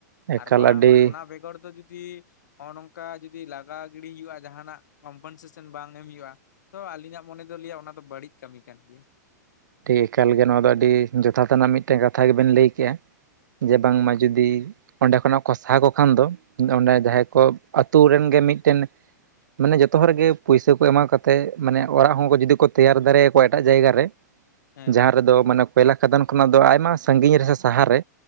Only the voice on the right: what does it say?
ᱮᱠᱟᱞ
ᱟᱹᱰᱤ
ᱴᱷᱤᱠ ᱮᱠᱟᱞᱜᱮ ᱱᱚᱣᱟ ᱫᱚ ᱟᱹᱰᱤ ᱡᱚᱛᱷᱟᱛᱱᱟᱜ ᱢᱤᱫᱴᱮᱱ ᱠᱟᱛᱷᱟ ᱜᱮᱵᱮᱱ ᱞᱟᱹᱭ ᱠᱮᱜᱼᱟ᱾ ᱡᱮ ᱵᱟᱝᱢᱟ ᱡᱩᱫᱤ ᱚᱸᱰᱮ ᱠᱷᱚᱱᱟᱜ ᱠᱚ ᱥᱟᱦᱟ ᱠᱚ ᱠᱷᱟᱱ ᱫᱚ ᱚᱸᱰᱮ ᱡᱟᱦᱟᱸᱭ
ᱠᱚ᱾ ᱟᱛᱳ ᱨᱮᱱ ᱜᱮ ᱢᱤᱫᱴᱮᱱ᱾ ᱢᱟᱱᱮ ᱡᱚᱛᱚ ᱦᱚᱲᱜᱮ ᱯᱩᱭᱥᱟᱹ ᱠᱚ ᱮᱢᱟ ᱠᱟᱛᱮ ᱢᱟᱱᱮ ᱚᱲᱟᱜ ᱦᱚᱸ ᱡᱩᱫᱤ ᱠᱚ ᱛᱮᱭᱟᱨ ᱫᱟᱲᱮᱭᱟᱟᱠᱚᱣᱟ ᱮᱴᱟᱜ ᱡᱟᱭᱜᱟ ᱨᱮ᱾
ᱡᱟᱦᱟᱸ ᱨᱮᱫᱚ ᱢᱟᱱᱮ ᱠᱚᱚᱭᱞᱟ ᱠᱷᱟᱫᱟᱱ ᱠᱷᱚᱱᱟᱜ ᱫᱚ ᱟᱭᱢᱟ ᱥᱟᱺᱜᱤᱧ ᱨᱮᱥᱮ ᱥᱟᱦᱟᱨᱮ᱾